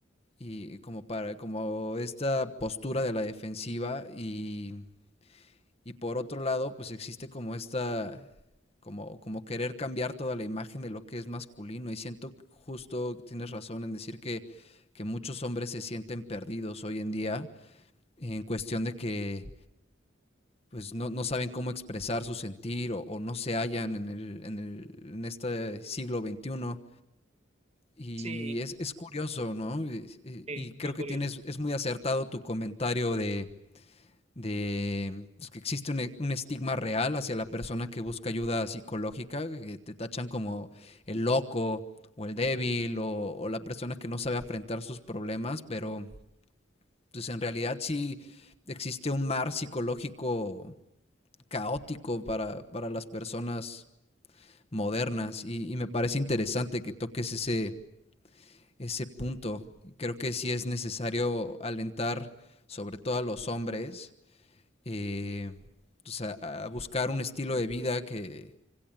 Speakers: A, on the left; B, on the right.
A: y como para como esta postura de la defensiva y, y por otro lado pues existe como esta como como querer cambiar toda la imagen de lo que es masculino y siento justo que tienes razón en decir que que muchos hombres se sienten perdidos hoy en día en cuestión de que pues no, no saben cómo expresar su sentir o, o no se hallan en, el, en, el, en este siglo veintiuno Y
B: Sí,
A: es, es curioso, ¿no? Es- eh,
B: sí,
A: Y, creo
B: muy curioso.
A: que tienes, es muy acertado tu comentario de, de, pues, que existe un, e- un estigma real hacia la persona que busca ayuda psicológica, que te tachan como el loco o el débil o, o la persona que no sabe afrontar sus problemas, pero pues en realidad sí existe un mar psicológico caótico para, para las personas modernas y, y me parece interesante que toques ese ese punto. Creo que sí es necesario alentar, sobre todo a los hombres, eh, pues a, a, buscar un estilo de vida que,